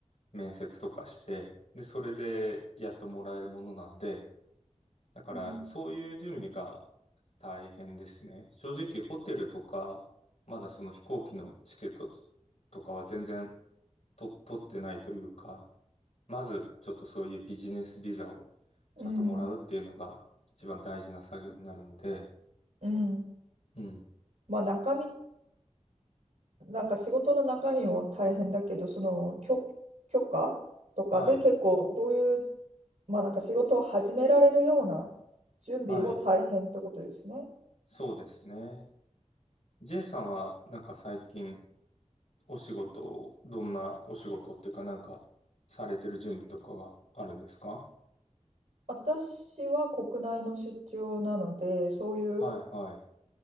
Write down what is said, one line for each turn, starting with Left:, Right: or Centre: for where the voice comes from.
Left: 面接とかして、で、それでやっともらえるものなんで、だからそういう準備が
Right: うん
Left: 大変ですね。正直ホテルとか、まだその飛行機のチケットととかは全然と取ってないというか、まず、ちょっとそういうビジネスビザをちゃんともらうっていうのが一番大事な作業になるので、
Right: うん、うん。
Left: うん。
Right: まあ中身、なんか仕事の中身も大変だけど、その許、許可とかで結構そういう、
Left: はい、
Right: まあなんか仕事を始められるような準備も大変ってことですね。
Left: はい、そうですね。J さんはなんか最近お仕事を、どんなお仕事っていうかなんかされてる準備とかはあるんですか
Right: 私は国内の出張なので、そういう
Left: はい、はい。